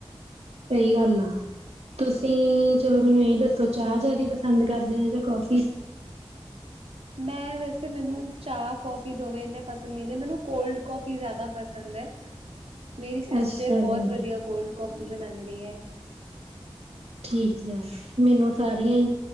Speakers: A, on the right (about 85°); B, on the right (about 70°).
A: ਸਹੀ ਗੱਲ ਆ, ਤੁਸੀਂ ਚਲੋ, ਮੈਨੂੰ ਇਹ ਦੱਸੋ ਚਾਹ ਜ਼ਿਆਦਾ ਪਸੰਦ ਕਰਦੇ ਹੋ ਜਾਂ ਕੌਫੀ।
B: ਮੈਂ ਵੈਸੇ ਮੈਨੂੰ ਚਾਹ ਕੌਫੀ ਦੋਵੇਂ ਇੰਨੇ ਪਸੰਦ ਨਹੀਂ ਨੇ ਮੈਨੂੰ ਕੋਲਡ ਕੌਫੀ ਜ਼ਿਆਦਾ ਪਸੰਦ ਹੈ। ਮੇਰੀ ਸਿਸਟਰ
A: ਅੱਛਾ
B: ਬਹੁਤ
A: ਜੀ
B: ਵਧੀਆ ਕੋਲਡ ਕੌਫੀ ਬਣਾਦੀ ਹੈ।
A: ਠੀਕ ਆ, ਮੈਨੂੰ ਸਾਰੀਆਂ ਹੀ